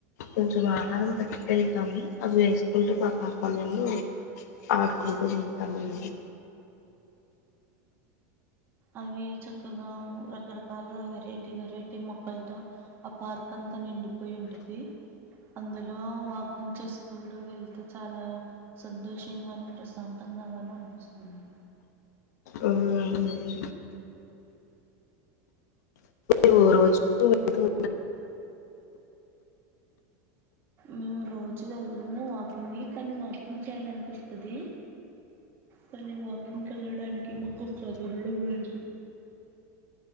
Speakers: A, on the left (about 70°); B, on the right (about 25°).
A: కొంచెం ఆహారం బట్టికేళ్తాము. అవి వేసుకుంటూ మా పాప మేము ఆడుకుంటూ ఉంటాము అండి.
B: అవి చక్కగా రకరకాల వెరైటీ వెరైటీ మొక్కలతో ఆ పార్క్ అంతా నిండిపోయి ఉంటది. అందులో వాకింగ్ చేసుకుంటూ వెళ్తే చాలా సంతోషంగాను, ప్రశాంతంగాగాను అనిపిస్తుంది.
A: ఆ, అవునండి <unintelligible>
B: మేము రోజు వెళ్ళము వాకింగ్. కానీ వాకింగ్ చేయాలనిపిస్తది. కానీ వాకింగ్ వెళ్ళడానికి మాకు కుదలడం లేదు.